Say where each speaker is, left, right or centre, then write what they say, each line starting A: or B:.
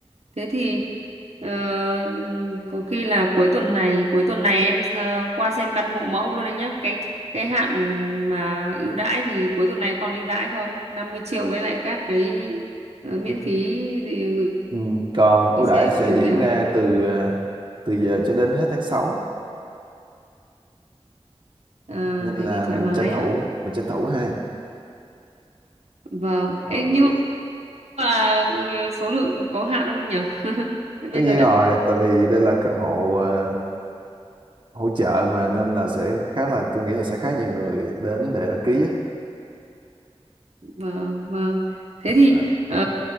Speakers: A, on the right; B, on the right.
A: Thế thì ờ, có khi là cuối tuần này, cuối tuần này em ờ, qua xem căn hộ mẫu luôn anh nhé. Cái cái hạn mà ưu đãi thì cuối tuần này còn ưu đãi không? năm mươi triệu với lại các cái ờ, miễn phí gì gửi,
B: ừ. còn ưu
A: gửi xe
B: đãi sẽ
A: các thứ
B: diễn
A: kìa.
B: ra từ à, từ giờ cho đến hết tháng sáu
A: À,
B: nên
A: thế
B: là
A: thì thoải
B: mình
A: mái
B: tranh thủ
A: á.
B: mình tranh thủ ha
A: Vâng. Ê,
B: ok
A: nhưng mà ờ, số lượng có hạn không nhỉ? Thế Bây
B: tất
A: giờ
B: nhiên
A: đấy
B: rồi tại vì đây là căn hộ à, hỗ trợ mà nên là sẽ khá là tôi nghĩ là sẽ khá nhiều người đến để đăng ký á.
A: vâng vâng. Thế thì
B: À,
A: ờ,